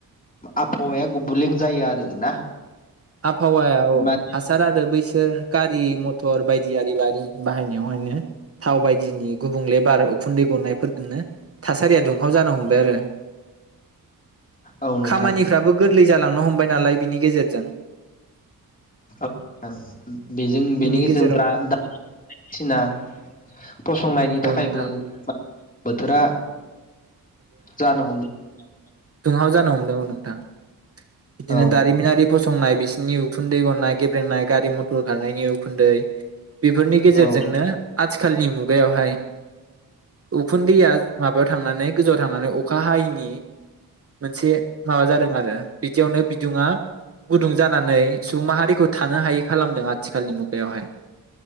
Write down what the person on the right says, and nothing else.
आबहावाया औ
हासार आरो बैसोर गारि मथर टर बायदि आरि बारि बाहायनायावहायनो थाव बायदिनि गुबुंले बार उखुन्दै गनायफोरजोंनो थासारिया दुंहाव जानो हमबाय आरो
खामानिफ्राबो गो लै जालांनो हमबाय नालाय बिनि गेजेरजों
बिनि
गेजेरावनो
औ नोंथां
दुंंहाव जानो हमदों औ नोंथां। बिदिनो
दारिमिनारि फसंनाय बिसोर नि उखुन्दै गननाय गेब्रेंनाय गारि-मथर खारनायनि उखुन्दै बेफोरनि गेजेरजोंनो
आथिखालनि मुगायावहाय उखुन्दैया माबायाव थांनानै गोजौआव थांनानै अखा हायैनि मोनसे माबा जादों आरो बिदियावनो दिङा‌ गुदुं जानानै सुबुं माहारिखौ थानो हायै खालामदों आथिखालनि मुगायावहाय